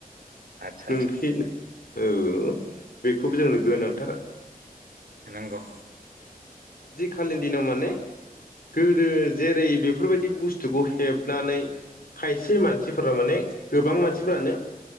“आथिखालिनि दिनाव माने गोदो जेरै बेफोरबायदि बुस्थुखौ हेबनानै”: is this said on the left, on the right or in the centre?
Left